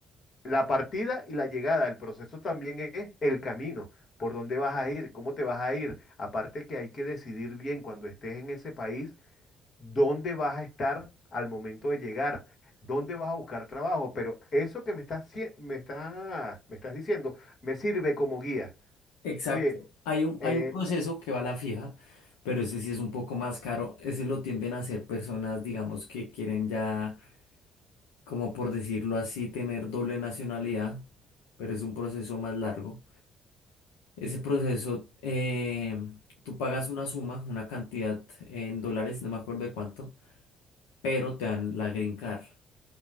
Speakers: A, on the left; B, on the left.
A: la partida y la llegada, el proceso también es el camino, por dónde vas a ir, cómo te vas a ir. Aparte que hay que decidir bien cuando estés en ese país, dónde vas a estar al momento de llegar, dónde vas a buscar trabajo. Pero eso que me estás, cie- me está- me estás diciendo me sirve como guía.
B: Exacto.
A: Oye,
B: Hay un,
A: eh,
B: hay un proceso que va a la fija, pero ese sí es un poco más caro. Ese lo tienden a hacer personas, digamos, que quieren ya, como por decirlo así, tener doble nacionalidad, pero es un proceso más largo. Ese proceso, eh, tú pagas una suma, una cantidad en dólares, no me acuerdo de cuánto, pero te dan la green card